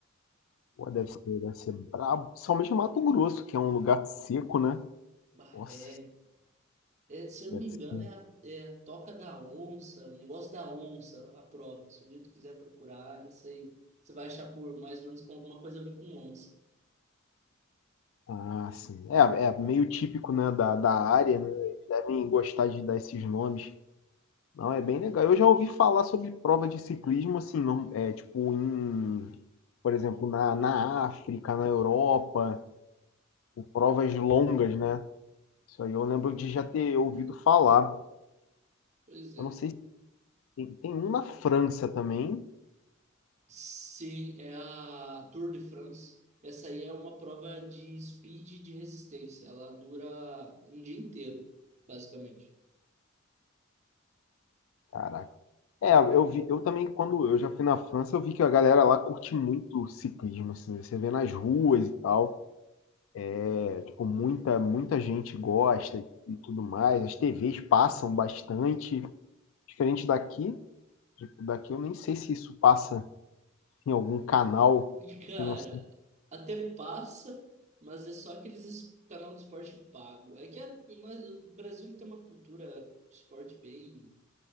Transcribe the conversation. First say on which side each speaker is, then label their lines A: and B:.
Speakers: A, on the left (about 70°); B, on the right (about 35°).
A: Pô, deve ser, deve ser brabo. Principalmente Mato Grosso, que é um lugar seco, né?
B: Bah,
A: Nossa,
B: é, É, se eu
A: deve
B: não me engano,
A: ser.
B: é a, é a Toca da Onça, o negócio da onça, a prova. Se o dia tu quiser procurar, isso aí você vai achar por mais ou menos com alguma coisa a ver com onça.
A: Ah, sim. É, é meio típico, né, da, da área, né? Eles devem gostar de dar esses nomes. Não, é bem legal. Eu já ouvi falar sobre prova de ciclismo, assim, não, é, tipo, em, por exemplo, na, na África, na Europa, com provas longas, né? Isso aí eu lembro de já ter ouvido falar.
B: Pois é.
A: Eu não sei Tem, tem um na França também.
B: Sim, é a Tour de France. Essa aí é uma prova de speed e de resistência. Ela dura um dia inteiro, basicamente.
A: Caraca. É, eu vi, eu também, quando eu já fui na França, eu vi que a galera lá curte muito ciclismo, assim, você vê nas ruas e tal. É, tipo, muita, muita gente gosta e, e tudo mais. As TVs passam bastante, diferente daqui. Tipo, daqui eu nem sei se isso passa em algum canal
B: E, cara,
A: que não sei
B: até passa, mas é só aqueles es- canal de esporte pago. É que a- mas o Brasil tem uma cultura de esporte bem